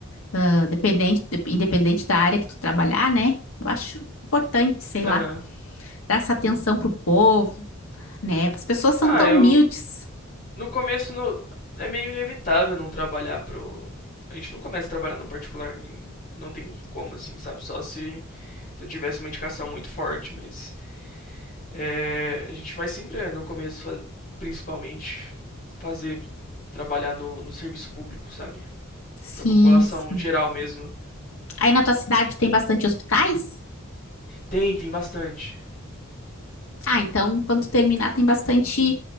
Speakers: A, on the left; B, on the left.
A: Ah, Dependente, de- independente da área que tu trabalhar, né? Eu acho importante, sei
B: Aham.
A: lá, dar essa atenção pro povo, né? As pessoas são
B: Ah,
A: tão
B: eu
A: humildes.
B: no começo no é meio inevitável não trabalhar pro a gente não começa a trabalhar no particular, nem- não tem como assim, sabe? Só se se eu tivesse uma indicação muito forte, mas é, a gente vai sempre é, no começo, principalmente, fazer trabalhar no, no serviço público, sabe?
A: Sim,
B: Pra população
A: sim.
B: geral mesmo.
A: Aí na tua cidade tem bastante hospitais?
B: Tem, tem bastante.
A: Ah, então quando tu terminar tem bastante